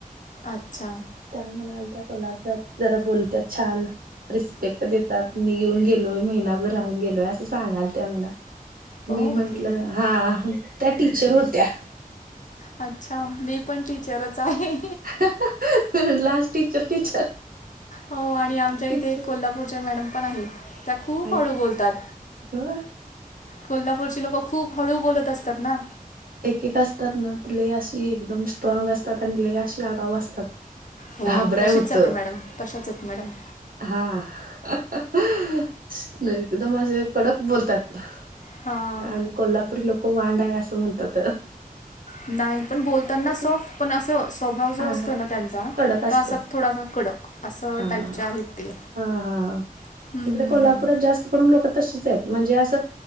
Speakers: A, on the left; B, on the right.
A: अच्छा
B: त्या म्हणाल त्या कोल्हापुरात जरा बोलतात छान रिस्पेक्ट देतात मी घेऊन गेलोय महिनाभर राहून गेलोय असं सांगाल त्या मला मी
A: ओके
B: म्हटलं हा त्या टीचर होत्या
A: अच्छा! मी पण टीचरच आहे.
B: हहह हह लास्ट टीचर, टीचर.
A: हो आणि आमच्या
B: टीचर
A: इथे कोल्हापूरचे मॅडम पण आहेत. त्या खूप
B: आहेत
A: हळू बोलतात.
B: ह.
A: कोल्हापूरची लोकं खूप हळू बोलत असतात ना.
B: एक एक असतात ना त लई अशी एकदम स्ट्रॉग असतात आणि लई अशी आगाऊ असतात.
A: हो
B: घाबराय
A: तशीच
B: होत.
A: जाते मॅडम तशाच आहेत मॅडम
B: हा. हहह एकदम असे कडक बोलतात.
A: हां.
B: ह अन कोल्हापूर लोक वांड आहे असं म्हणतात.
A: नाही पण बोलताना
B: अस
A: सॉफ्ट पण असं स्वभाव जो
B: हा
A: असतो
B: हा
A: ना त्यांचा
B: कडक असतो
A: त असा थोडासा कडक असं
B: हा
A: टाईपचे आहेत ते.
B: हा. हा.
A: हं,
B: इकडे
A: हं,
B: कोल्हापुरात
A: हं.
B: जास्त करून लोक तशीच आहेत म्हणजे असं